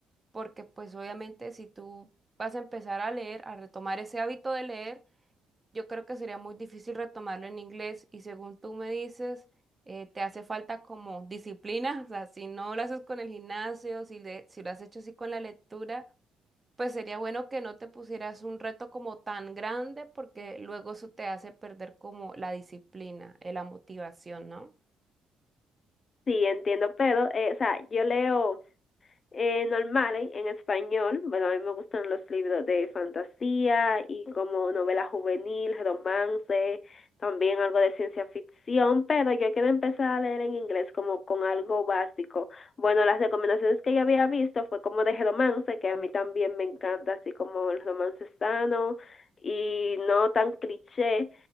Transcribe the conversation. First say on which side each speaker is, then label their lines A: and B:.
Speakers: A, on the right (about 25°); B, on the left (about 45°).
A: porque pues obviamente si tú vas a empezar a leer, a retomar ese hábito de leer, yo creo que sería muy difícil retomarlo en inglés y según tú me dices, eh, te hace falta como disciplina, <laughs> o sea, si no lo haces con el gimnasio, si, le- si lo has hecho así con la lectura, pues sería bueno que no te pusieras un reto como tan grande porque luego eso te hace perder como la disciplina, eh, la motivación, ¿no?
B: Sí, entiendo, pero, eh, o sea, yo leo eh, normales en español. Bueno, a mí me gustan los libros de fantasía y como novela juvenil, romance, también algo de ciencia ficción, pero yo quiero empezar a leer en inglés como con algo básico. Bueno, las recomendaciones que yo había visto fue como de romance, que a mí también me encanta, así como el romance sano y no tan cliché.